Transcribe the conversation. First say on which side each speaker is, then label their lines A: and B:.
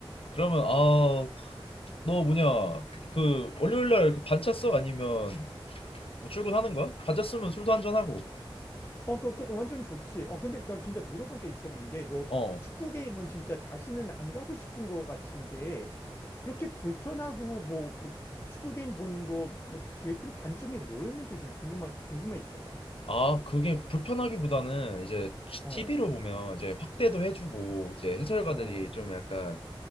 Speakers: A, on the left; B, on the left.
A: 그러면 아, 너 뭐냐? 그 월요일 날그 반차 써 아니면 뭐 출근하는 거야? 반차 쓰면 술도 한 잔 하고.
B: 어, 그, 그, 완전 좋지. 어, 근데 나 진짜 물어본 게 있었는데, 너
A: 어.
B: 축구 게임은 진짜 다시는 안 가고 싶은 거 같은데, 그렇게 불편하고, 뭐, 뭐, 축구 게임 본 거, 뭐, 제일 큰 단점이 뭐였는지 좀 궁금하, 궁금해지더라.
A: 아, 그게 불편하기보다는 이제
B: 어,
A: TV로 보면 이제 확대도 해주고 이제 해설가들이
B: 어,
A: 좀 약간